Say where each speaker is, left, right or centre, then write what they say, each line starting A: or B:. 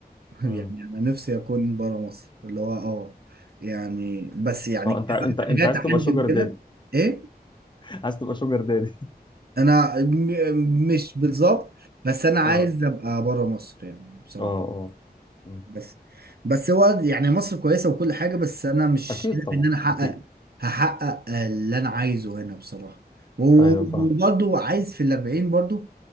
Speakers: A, on the right; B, on the left.
A: <laughs> يعني
B: امم
A: انا نفسي اكون بره مصر اللي هو اه يعني بس يعني
B: اه
A: كمان
B: انت انت
A: حاجات
B: انت عايز
A: عندي
B: تبقى شوجر
A: وكده
B: دادي
A: ايه
B: <laughs> عايز تبقى شوجر دادي
A: انا م- مش بالظبط بس
B: <laughs>
A: انا عايز
B: اه
A: ابقى بره مصر يعني بصراحه
B: اه اه مم.
A: بس بس هو يعني مصر كويسة وكل حاجة بس أنا مش
B: اكيد
A: شايف
B: طبعا
A: إن أنا أحقق
B: اكيد
A: هحقق اللي أنا عايزه هنا بصراحة وبرضه
B: ايوه فاهم
A: عايز في الأربعين برضه